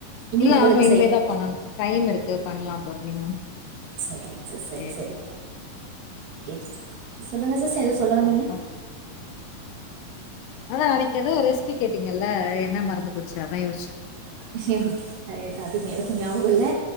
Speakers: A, on the right (about 75°); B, on the left (about 80°).
A: இனி
B: இல்ல
A: உங்களுக்கு
B: ஆமா இனிமே
A: செய்யணு
B: தா பண்ணணு டைம் இருக்கு பண்லா பொறுமையா
A: செரிங்க சிஸ் சரி
B: சேரி
A: சரி
B: சேரி
A: ஓகே சொல்லுங்க சிஸ் ஏதோ சொல்ல வந்தீங்க
B: அப்றோ அதா அனைக்கு ஏதோ ரெஸ்பி கேட்டீங்கல்ல என்ன மறந்து போச்சு அதா யோசிச்சே
A: <unintelligible> ஒகே அய்யோ டாபிக் எனக்கு ஞாபகோமில்ல